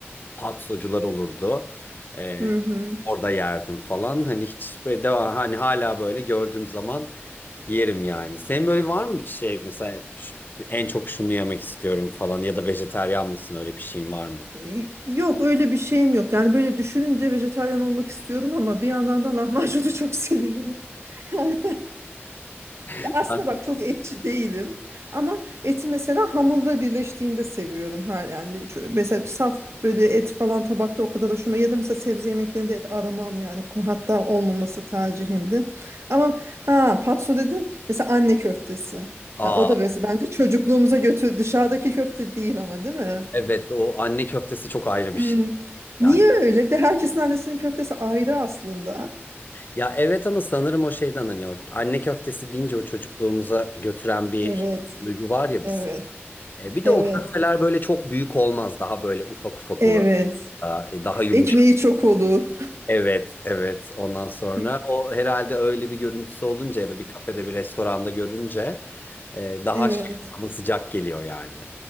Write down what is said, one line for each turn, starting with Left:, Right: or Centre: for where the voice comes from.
Left: patsocular olurdu. Ee,
Right: Hı hı.
Left: orada yerdim falan. Hani hiç böyle devam hani hala böyle gördüğüm zaman yerim yani. Senin böyle var mı bir şey mesela ş- en çok şunu yemek istiyorum falan ya da vejeteryan mısın öyle bir şeyin var mı?
Right: Y- Yok öyle bir şeyim yok. Yani böyle düşününce vejetaryen olmak istiyordum ama bir yandan da lahmacunu <laughs> çok seviyorum. <laughs> Yani
Left: <laughs>
Right: Ya aslında
Left: Ben
Right: bak çok etçi değilim ama eti mesela hamurla birleştiğinde seviyorum. Ha, yani şu- mesela saf böyle et falan tabakta o kadar hoşuma ya da mesela sebze yemeklerinde et aramam yani Ko- hatta olmaması tercihimdi. Ama ha patso dedin mesela anne köftesi.
Left: Aa
Right: Ya o da mesela bence çocukluğumuza götür dışarıdaki köfte değil ama değil mi?
Left: evet o anne köftesi çok ayrı bir
Right: Hmm.
Left: şey yani.
Right: Niye öyle? Bir de herkesin annesinin köftesi ayrı aslında.
Left: Ya evet ama sanırım o şeyden hani o anne köftesi deyince o çocukluğumuza götüren bir
Right: Evet,
Left: duygu var ya
Right: evet,
Left: biz. E, bir
Right: evet,
Left: de o köfteler böyle çok büyük olmaz. Daha böyle ufak ufak
Right: evet.
Left: olur. Daha, e, daha yumuşak.
Right: Ekmeği çok olur.
Left: Evet, evet. Ondan sonra
Right: <laughs>
Left: o herhalde öyle bir görüntüsü olunca ya da bir kafede bir restoranda görünce e, daha
Right: Evet.
Left: şey, sana sıcak geliyor yani.